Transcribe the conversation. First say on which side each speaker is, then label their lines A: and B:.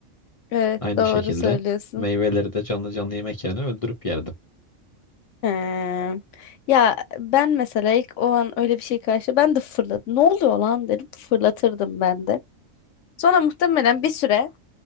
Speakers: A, on the left (about 70°); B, on the left (about 45°).
A: Evet
B: Aynı
A: doğru
B: şekilde
A: söylüyorsun.
B: meyveleri de canlı canlı yemek yerine öldürüp yerdim.
A: He. Ya ben mesela ilk o an öyle bir şey karşı ben de fırladım. Ne oluyor lan derim fırlatırdım ben de. Sonra muhtemelen bir süre